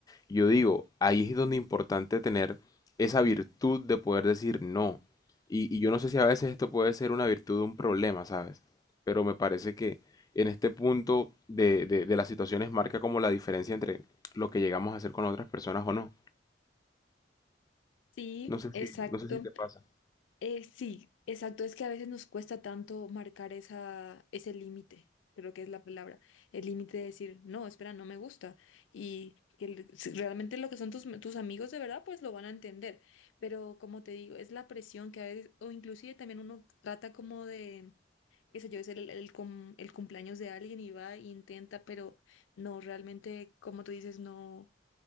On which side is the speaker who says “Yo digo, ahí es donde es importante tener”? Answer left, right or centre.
Left